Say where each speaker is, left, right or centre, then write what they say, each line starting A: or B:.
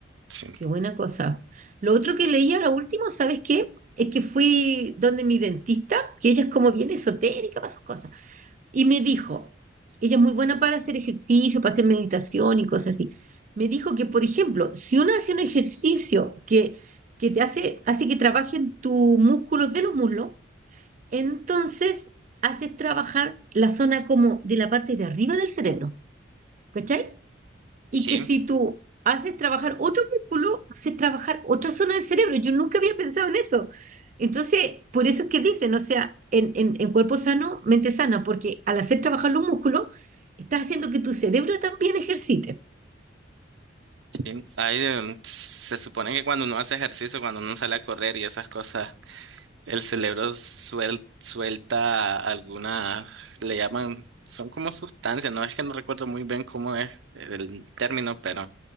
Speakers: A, on the right; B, on the right.
A: Sí.
B: qué buena cosa. Lo otro que leí ahora último, ¿sabes qué? Es que fui donde mi dentista, que ella es como bien esotérica para sus cosas. Y me dijo, ella es muy buena para hacer ejercicio, para hacer meditación y cosas así. Me dijo que, por ejemplo, si uno hace un ejercicio que, que te hace, hace que trabajen tus músculos de los muslos, entonces haces trabajar la zona como de la parte de arriba del cerebro, ¿cachai? y
A: Sí,
B: que si tú haces trabajar otro músculo, haces trabajar otra zona del cerebro. Yo nunca había pensado en eso. Entonces, por eso es que dicen, o sea, en, en, en cuerpo sano, mente sana, porque al hacer trabajar los músculos, estás haciendo que tu cerebro también ejercite.
A: sí. Ahí, eh, se supone que cuando uno hace ejercicio, cuando uno sale a correr y esas cosas. El cerebro suel- suelta alguna, le llaman, son como sustancias, no es que no recuerdo muy bien cómo es el término, pero,